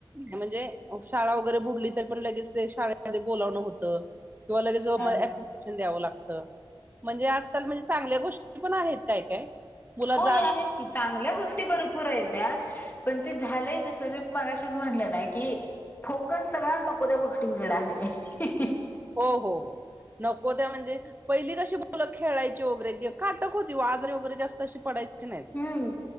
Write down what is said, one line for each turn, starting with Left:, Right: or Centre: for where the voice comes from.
Right: म्हणजे शाळा वगैरे बुडली तर पण लगेच ते शाळेमध्ये बोलावणं होतं किंवा लगे ज
Left: ह
Right: म द्याव लागत म्हणजे आजकाल म्हणजे चांगल्या गोष्टी पण आहेत काय काय मुलाचा
Left: हो आहेत की चांगल्या गोष्टी भरपूर आयत पण ते झालंय कस मी मगाशीच म्हटलं ना की फोकस सगळ्या नको त्या गोष्टींकडे आहे
Right: हो हो हो नको त्या मणजे पहिली कशी बोल खेळायची वगैरे गेम काटक होती आजरी वगैे जास्तशी पडायची ह नाही
Left: हम्म